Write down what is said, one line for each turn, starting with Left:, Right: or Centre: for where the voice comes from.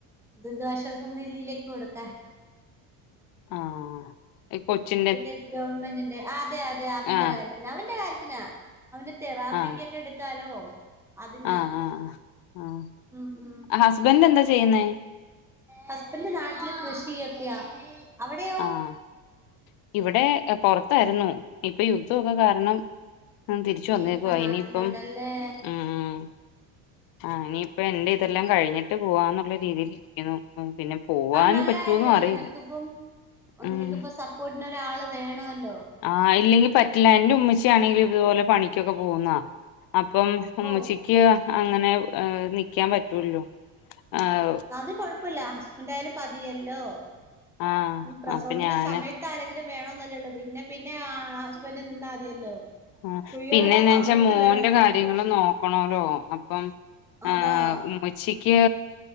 Centre: ദുരിതാശ്വാസ നിതിയിലേക്ക് കൊടുക്കാൻ
Left: ആഹ് ഈ കൊച്ചി
Centre: മറ്റേ ഗവൺമെന്റിന്റെ അതെ അതെ അവന്റെ
Left: ആഹ്
Centre: കാര്യത്തി അവന്റെ കാര്യത്തിനാ അവന് തെറാപ്പിക്കൊക്കെ
Left: ആഹ്
Centre: എടുക്കാലോ അതിനാ
Left: ആഹ് ആഹ് ആഹ്
Centre: ഉ ഉ
Left: ആ ഹസ്ബൻഡ് എന്താ ചെയ്യുന്നേ
Centre: ഹസ്ബൻറ് നാട്ടില് കൃഷിയൊക്കെയാ അവിടെയോ
Left: ആഹ് ഇവിടെ പൊറത്തായിരുന്നു ഇപ്പൊ യുദ്ധമൊക്കെ കാരണം തിരിച്ചു വന്നേക്കുവ
Centre: ഇപ്പൊ നാട്ടിലുണ്ടല്ലേ
Left: ഇനിയിപ്പം ഉം ആ ഇനിയിപ്പ എൻന്റെ ഇതെല്ലാം കഴിഞ്ഞിട്ട് പോവാന്നുള്ള രീതിൽ ഇരിക്കുന്നു പിന്നെ പോവാൻ
Centre: ആഹ് നല്ല
Left: പറ്റോന്നും
Centre: കാര്യമാ
Left: അറിയില്ല
Centre: നിനക്കിപ്പം
Left: ഉം
Centre: നിനക്കിപ്പ സപ്പോർട്ടിന് ഒരാള് വേണോല്ലോ
Left: ആ ഇല്ലെങ്കി പറ്റില്ല എന്റെ ഉമ്മച്ചി ആണെങ്കിലിതുപോലെ പണിക്കൊക്കെ പോകുന്നതാ അപ്പം ഉ
Centre: ഓ
Left: ഉച്ചിക്ക് അങ്ങനെ നിക്കാൻ പറ്റുള്ളു ഹ്
Centre: അത് കുഴപ്പമില്ല ഹസ്ബൻഡ ആായാലും മതിയല്ലോ
Left: ആഹ്
Centre: പ്രസവത്തിന്റെ
Left: അപ്പൊ ഞാന്
Centre: സമയത്ത് ത്ത് ആരങ്കിലും വേണന്നല്ലേള്ളു പിന്നെ പിന്നെ ആ ഹസ്ബൻഡ് നിന്നാ മതിയല്ലോ
Left: ആ
Centre: സ്ത്രീകളൊക്കെ
Left: പിന്നെന്ന്
Centre: ആ സമയത്ത്
Left: വെച്ചാ മോന്റെ
Centre: വേണോന്നല്ലേ
Left: കാര്യങ്ങളും
Centre: ഉള്ളൂ
Left: നോക്കണല്ലോ അപ്പം
Centre: അതാ
Left: ആഹ് ഉമ്മച്ചിക്ക്